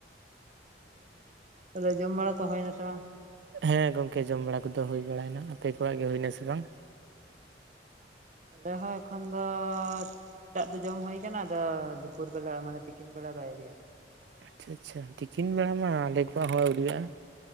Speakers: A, on the right; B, on the right.
A: ᱛ <inaudible> ᱛᱟᱦᱚᱞᱮ ᱡᱚᱢ ᱵᱟᱲᱟ ᱠᱚ ᱦᱳᱭ ᱮᱱᱟ ᱥᱮ ᱵᱟᱝ?
B: ᱦᱮᱸ ᱜᱚᱝᱠᱮ ᱡᱚᱢ ᱵᱟᱲᱟ ᱠᱚᱫᱚ ᱦᱩᱭ ᱵᱟᱲᱟᱭᱮᱱᱟ, ᱟᱯᱮ ᱠᱚᱣᱟᱜ ᱜᱮ ᱦᱩᱭ ᱮᱱᱟ ᱥᱮ ᱵᱟᱝ?
A: ᱟᱞᱮ ᱦᱚᱸ ᱮᱠᱷᱚᱱ ᱫᱚᱻᱯ ᱛᱟᱜ ᱫᱚ ᱡᱚᱢ ᱦᱩᱭ ᱠᱟᱱᱟ ᱟᱫᱚ ᱫᱩᱯᱩᱨ ᱫᱚᱞᱮ ᱢᱟᱱᱮ ᱛᱤᱠᱤᱱ ᱵᱮᱲᱟ ᱵᱟᱭ ᱤᱫᱤᱭᱟ ᱾
B: ᱪᱷᱟ ᱟᱪᱪᱷᱟ ᱛᱤᱠᱤᱱ ᱵᱮᱲᱟ ᱢᱟ ᱟᱞᱮ ᱠᱚᱣᱟᱜ ᱦᱚᱸ ᱟᱹᱣᱨᱤᱭᱟᱜ-ᱟ?